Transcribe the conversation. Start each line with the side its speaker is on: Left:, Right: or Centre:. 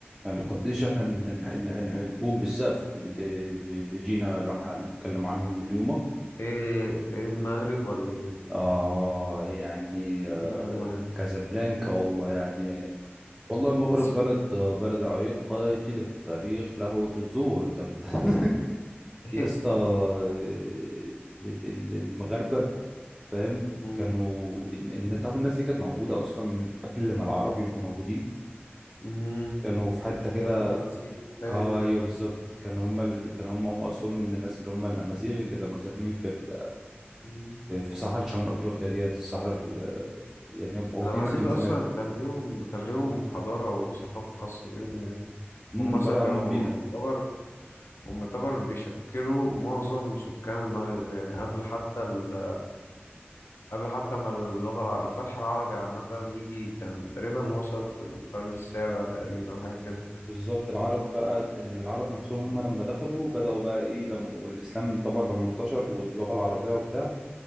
Centre: يعني قديش احنا ن- ن- ن- نحبهم بزاف اللي اللي جينا راح نتكلم عنهم اليوم
Left: ايه ايه المغرب ولا ايه
Centre: آه يعني آه
Left: جينا في المغرب
Centre: كازابلانكا والله يعني والله المغرب
Left: بس
Centre: بلد بلد عريق جدا في التاريخ له جذور تمتد <laughs>
Left: إيه.
Centre: يا اسطى آه، ال- ال- المغاربة فاهم
Left: <laughs> مم.
Centre: كانوا ان إن- تعرف الناس دي كانت موجودة اصلا من قبل ما العرب يبقوا موجودين
Left: مم.
Centre: كانوا في حتة
Left: اللي
Centre: كده
Left: هو الأمازيغ ايه
Centre: اه ايوه بالظبط كان هم ال... كان هم هم اصلهم من الناس اللي هم الامازيغ اللي كانوا ساكنين في ال...
Left: مم.
Centre: في في صحراء شمال افريقيا ديت الصحراء ال...
Left: مم.
Centre: يعني موجودين
Left: الأمازيغ
Centre: هناك من زمان
Left: أصلا كان ليهم كان ليهم حضارة وثقافة خاصة بيهم يعني
Centre: امم
Left: هم أصلا
Centre: بره
Left: كانوا
Centre: عنهم بينا
Left: يعتبر هم يعتبر بيشكلوا معظم سكان المغرب يعني قبل حتى ال... قبل حتى ما اللغة الع... الفتح العربي عامة يجي كان تقريبا وصل في القرن السابع تقريبا حاجة كده
Centre: بالظبط العرب بقى لان يعني العرب نفسهم هم لما دخلوا بداوا بقى ايه لما والاسلام طبعا لما
Left: مم.
Centre: انتشر واللغه العربيه وبتاع